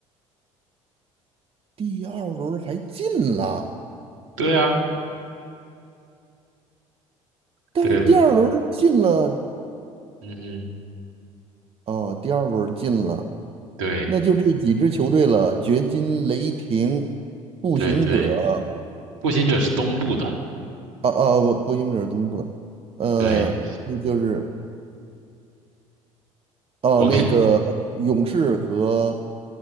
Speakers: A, on the right; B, on the right.
A: 第二轮还进了，
B: 对啊，
A: 但是第二轮进了，
B: 对，嗯哼，
A: 哦，第二轮进了，
B: 对
A: 那就这几支球队了：掘金、雷霆、步行者，
B: 对对，步行者是东部的。
A: 啊啊，不，步行者是东部的，呃，
B: 对，
A: 那就是哦，
B: 我跟
A: 那个勇士和